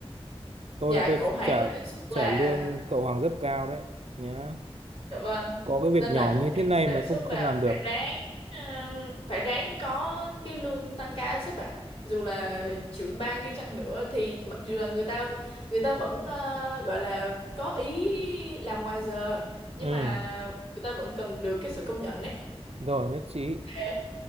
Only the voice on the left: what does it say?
Dạ
cậu Hoàng
có đề xuất là
dạ vâng
nên là
cậu
Hoàng
có đề
xuất
là
phải ráng ừm, phải ráng có cái lương tăng ca sếp ạ dù là trưởng ban đi chăng nữa thì mặc dù là người ta người ta vẫn ờ, gọi là có ý làm ngoài giờ nhưng
mà người ta vẫn cần được cái sự công nhận ấy
thế